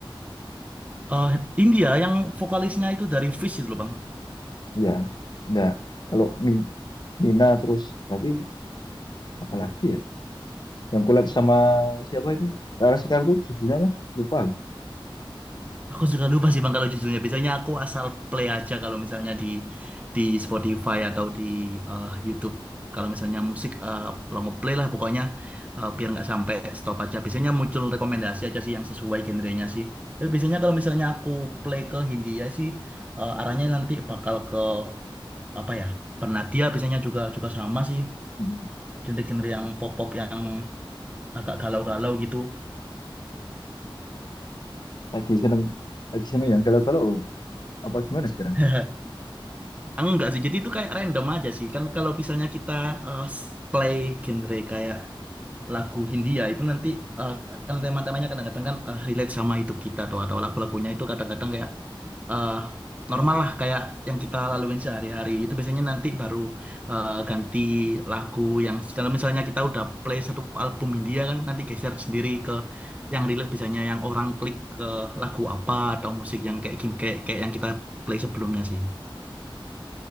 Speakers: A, on the right (about 15°); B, on the left (about 50°).
A: Eh India yang vokalisnya itu dari Fish itu loh bang.
B: Ya, enggak. Kalau Ni- Nina terus berarti apa lagi ya? Yang collab sama siapa itu? Rara Sekar tuh judulnya apa? Lupa aku.
A: Aku juga lupa sih Bang kalau judulnya. Biasanya aku asal play aja kalau misalnya di di Spotify atau di eh, YouTube. Kalau misalnya musik eh, kalau mau play lah pokoknya eh, biar nggak sampai stop aja. Biasanya muncul rekomendasi aja sih yang sesuai genrenya sih. Tapi biasanya kalau misalnya aku play ke Hindia sih eh, arahnya nanti bakal ke apa ya? Pernadia biasanya juga juga sama sih
B: Hmm.
A: genre-genre yang pop-pop yang agak galau-galau gitu.
B: Lagi seneng, lagi seneng yang galau-galau apa gimana sekarang?
A: <laughs> Enggak sih, jadi itu kayak random aja sih. Kan kalau misalnya kita eh, play genre kayak lagu Hindia itu nanti eh, kan tema-temanya kadang-kadang kan eh, relate sama hidup kita atau atau lagu-lagunya itu kadang-kadang kayak eh, normal lah kayak yang kita laluin sehari-hari. Itu biasanya nanti baru eh, ganti lagu yang kalau misalnya kita udah play satu album Hindia kan nanti geser sendiri ke yang relate biasanya yang orang klik ke lagu apa atau musik yang kayak kayak kayak yang kita play sebelumnya sih.